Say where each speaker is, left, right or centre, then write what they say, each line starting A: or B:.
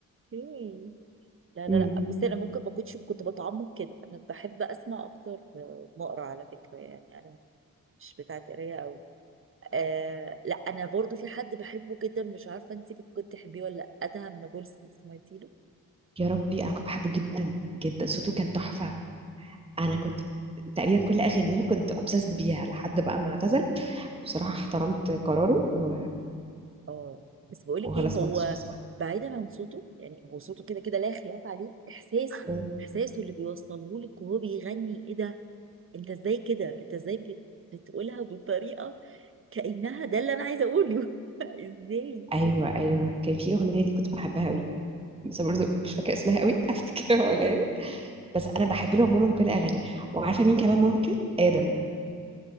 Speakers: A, on the right (about 35°); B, on the right (about 15°).
A: اوكي لا لا
B: امم
A: لا بصي انا ممكن ما كنتش كنت بتعمق كده انا بحب اسمع اكتر ما اقرا على فكرة يعني انا مش بتاعت قرايه قوي آه لا انا برضو في حد بحبه جدا مش عارفه انت كنت تحبيه ولا لا ادهم نابلسي سمعتي له
B: يا ربي انا كنت بحبه جدا جدا
A: جدا
B: صوته كان تحفه انا كنت تقريبا كل اغانيه كنت obsessed بيها لحد بقى ما اعتزل بصراحه احترمت قراره و...
A: اه بس بقولك
B: وخلاص
A: ايه هو
B: ما كنتش بسمعها
A: بعيدا عن صوته يعني هو صوته كده كده لا خلاف عليه احساسه
B: مم.
A: احساسه اللي بيوصله لك وهو بيغني ايه ده انت ازاي كده انت ازاي بت... بتقولها بالطريقه كانها ده اللي انا عايزه اقوله <laughs> ازاي
B: ايوه ايوه كان في اغنيه لي كنت بحبها قوي بس برضه مش فاكره اسمها قوي <laughs> هفتكرها ولا
A: آه...
B: لي بس انا بحب له عموما كل اغانيه وعارفه مين كمان ممكن ادم
A: مين